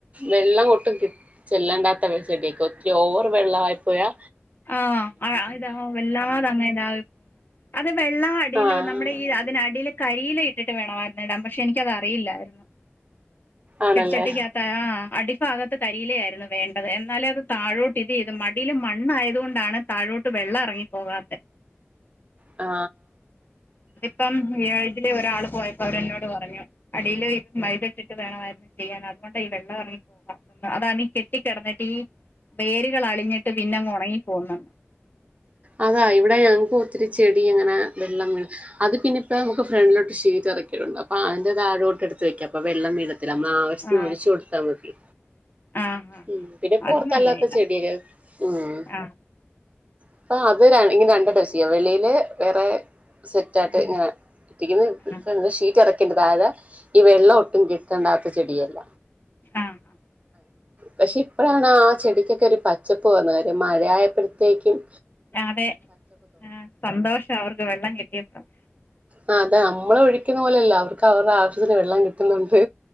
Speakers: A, on the right (about 30°); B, on the left (about 45°).
A: വെള്ളം ഒട്ടും കിട്ട് ചെല്ലാണ്ടാത്ത ചെടിക്ക് ഒത്തിരി ഓവർ വെള്ള ആയി പോയാ
B: ആ ആ ഇതാ വെല്ലാതെ അങ്ങനെ ഇതാഹ് അത് വെള്ളം അടിയിലോ
A: ആഹ്
B: നമ്മുടെ ഈ അതിനടിൽ കരി ഇല ഇട്ടിട്ട് വേണമായിരുന്നു ഇടാൻ പക്ഷെ എനിക്കത് അറിയില്ലായിരുന്നു.
A: ആണല്ലേ
B: ചെടി ചട്ടിക്ക് അകത്ത് ആ അടി ഭാഗത്ത് കരിയില ആയിരുന്നു വേണ്ടത് എന്നാലേ അത് താഴോട്ട് ഇത് ഇത് മടിയിൽ മണ്ണ് ആയ അതുകൊണ്ടാണ് താഴോട്ട് വെള്ളം അറങ്ങിപ്പോകാത്തെ
A: ആ
B: ഇപ്പം ഏ ഇതിലെ ഒരാൾ പോയപ്പോ അവര് എന്നോട് പറഞ്ഞു അടിൽ ഇത് മൈത ഇട്ടിട്ട് വേണമായിരുന്നു ചെയ്യാൻ അതുകൊണ്ടാ ഈ വെള്ളം ഇറങ്ങി പോവാത്തോണ്ട് അതാണ് ഈ കെട്ടിക്കെടന്നിട്ട് ഈ വേരുകൾ അളിഞ്ഞിട്ട് പിന്നെ അങ്ങ് ഒണങ്ങി പോവ്ന്നെ
A: അതാ ഇവിടെ ഞങ്ങക്ക് ഒത്തിരി ചെടി അങ്ങനെ വെള്ളം വീണ് അത് പിന്നെ ഇപ്പ അമ്മക്ക് ഫ്രിഡിലോട്ട് ഷീറ്റ് അറക്കലുണ്ട് അപ്പ അതിന്റെ താഴോട്ട് എടുത്ത് വെക്കാം അപ്പം വെള്ളം വീഴ ഇത്ര ആവശ്യത്തിന്
B: ആ
A: ഒഴിച്ചു കൊടുത്താ മതി.
B: ആ ആ
A: ഉം പിന്നെ പൊറത്ത്
B: അത് നല്ല
A: അല്ലാത്ത
B: ഇതാ
A: ചെടിയിൽ ഉം.
B: ആ
A: അപ്പ അത് രൺ ഇഞ്ഞിം രണ്ട് ടെസ്റ്റ് ചെയ്യാവോ വെളിയില് വേറെ സെറ്റ് ആയിട്ട്
B: ഉം
A: ഇങ്ങനെ
B: ആ
A: <unintelligible> ഷീ <unintelligible> താഴെ ഈ വെള്ളം ഒട്ടും കിട്ടണ്ടാത്ത ചെടി അല്ല
B: ആ ആ
A: പക്ഷെ ഇപ്പളാണ് ആ ചെടിക്കൊക്കെ ഒരു പച്ചപ്പ് വന്നത് മഴയായപ്പത്തേക്കും
B: അതേ ആ സന്തോഷം അവർക്ക് വെള്ളം കിട്ടിയപ്പം
A: ആ അതെ അമ്മള് ഒഴിക്കുന്ന പോലെയല്ല അവർക്ക് അവരുടെ ആവശ്യത്തിന് വെള്ളം കിട്ടുന്നുണ്ട്